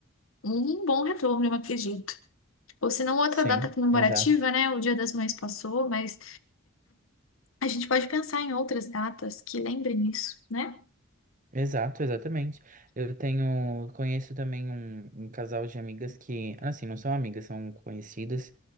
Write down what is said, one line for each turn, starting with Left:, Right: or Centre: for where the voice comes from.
Left: um bom retorno, eu acredito. Ou se não, outra
Right: Sim,
Left: data comemorativa,
Right: exato.
Left: né? O Dia das Mães passou, mas a gente pode pensar em outras datas que lembrem isso, né?
Right: Exato, exatamente. Eu tenho, conheço também um, um casal de amigas que, assim, não são amigas, são conhecidas,